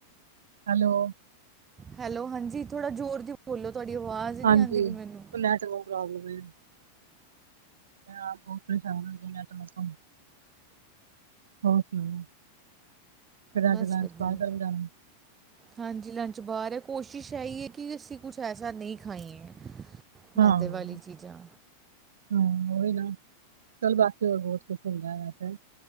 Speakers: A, on the right; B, on the right.
A: ਹੈਲੋ।
B: ਹੈਲੋ, ਹਾਂਜੀ ਥੋੜਾ ਜ਼ੋਰ ਦੀ ਬੋਲੋ ਤੁਹਾਡੀ ਆਵਾਜ਼ ਨੀ
A: ਹਾਂਜੀ
B: ਆਂਦੀ ਪਈ
A: ਉਹ
B: ਮੈਨੂੰ।
A: ਨੈਟਵਰਕ ਪ੍ਰੋਬਲਮ ਏਂ। ਮੈਂ ਆਪ ਬੋ ਪਰੇਸਾ਼ਨ ਹੋਈ ਆ ਨੇਟਵਰਕ ਤੋਂ ਹੋਰ ਸੁਣਾਓ। ਫਿਰ
B: ਬਸ
A: ਅੱਜ ਲੰਚ
B: ਵਧੀਆਂ।
A: ਬਾਹਰ ਕਰਨ ਜਾਣਾ
B: ਹਾਂਜੀ, ਲੰਚ ਬਾਰ ਐ ਕੋਸ਼ਿਸ਼ ਐ ਈ ਐ ਕਿ ਅਸੀ ਕੁੱਛ ਐਸਾ ਨਈ ਖਾਈਏਂ। ਮੈਦੇ
A: ਹਾਂ
B: ਵਾਲੀ ਚੀਜ਼ਾਂ।
A: ਹਾਂ ਓਈ ਨਾ, ਚੱਲ ਬਾਕੀ ਹੋਰ ਬੋਤ ਕੁੱਛ ਹੁੰਦਾ ਐ ਵੈਸੇ।